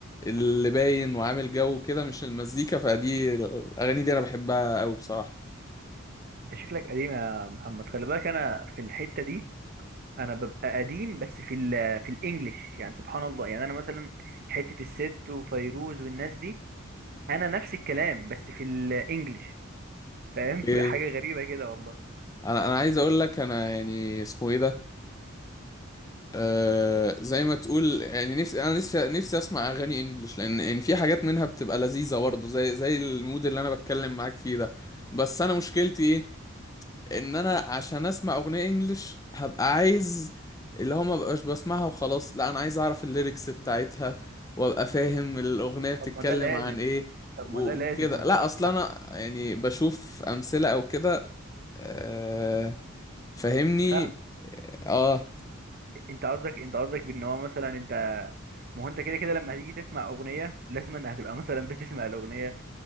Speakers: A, on the left; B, on the right.
A: اللي باين وعامل جو كده مش المزيكا فدي الاغاني دي انا بحبها قوي بصراحه
B: انت شكلك قديم يا محمد خلي بالك انا في الحته دي انا ببقى قديم بس في ال في الانجليش يعني سبحان الله يعني انا مثلا حته الست وفيروز والناس دي انا نفس الكلام بس في الانجليش فاهم
A: ايه
B: <laughs> حاجه غريبه كده والله
A: انا انا عايز اقول لك انا يعني اسمه ايه ده آه زي ما تقول يعني نفسي انا نفسي نفسي اسمع اغاني انجلش لان يعني في حاجات منها بتبقى لذيذه برضه زي زي المود اللي انا بتكلم معاك فيه ده بس انا مشكلتي ايه ان انا عشان اسمع اغنيه انجلش هبقى عايز اللي هو ما بقاش بسمعها وخلاص لا انا عايز اعرف الليركس بتاعتها وابقى فاهم الاغنيه بتتكلم
B: طب ما ده لازم
A: عن ايه
B: طب
A: وكده
B: ما ده لازم هو انت
A: لا
B: هتسمع
A: اصلا انا يعني بشوف امثله او كده آه فاهمني
B: فاهم
A: اه
B: انت قصدك انت قصدك بان هو مثلا انت ما هو انت كده كده لما هتيجي تسمع اغنيه لازم ان هتبقى مثلا بتسمع الاغنيه